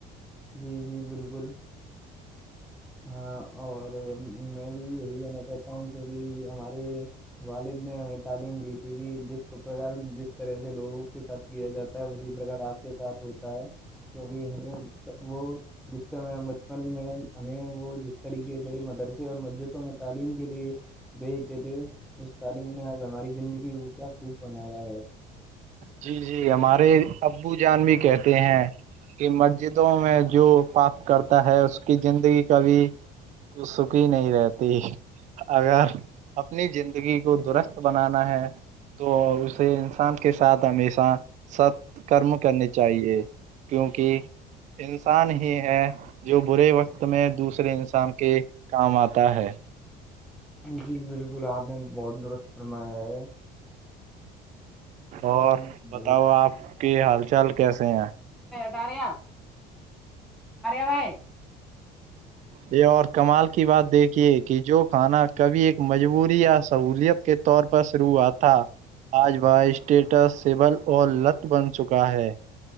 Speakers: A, in the centre; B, on the right.
A: جی جی بالکل ہاں اور میں بھی یہی کہنا چاہتا ہوں کیونکہ ہمارے والد نے ہمیں تعلیم دی تھی کہ جس پرکار جس طرح سے لوگوں کے ساتھ کیا جاتا ہے اسی پرکار آپ کے ساتھ ہوتا ہے کیونکہ ہمیں وہ جس سے بچپن میں ہمیں وہ جس طریقے سے مدرسے اور مسجدوں میں تعلیم کے لیے بھیجتے تھے اس تعلیم نے آج ہماری زندگی کو کیا خوب بنایا ہے
B: جی جی ہمارے ابو جان بھی کہتے ہیں کہ مسجدوں میں جو پپ کرتا ہے اس کی زندگی کبھی ک سکھی نہیں رہتی اگر اپنی زندگی کو درست بنانا ہے تو اسے انسان ک ساتھ ہمیشہ ست کرم کرنے چاہیے کیونکہ انسان ہی ہے جو برے وقت میں دوسرے انسان کے کام آتا ہے
A: جی بالکل آپ نے بہت درست فرمایا ہے
B: اور
A: آئیں فرمائیے
B: بتاؤ آپ کہ حال چال کیسے ہیں
A: دارے بھائی
B: یہ اور کمال کی بات دیکھیے کہ جو کھانا کبھی ایک مجبوری یا سہولیت کے طور پر شروع ہوا تھا آج وہ اسٹیٹس سبل اور لط بن چکا ہے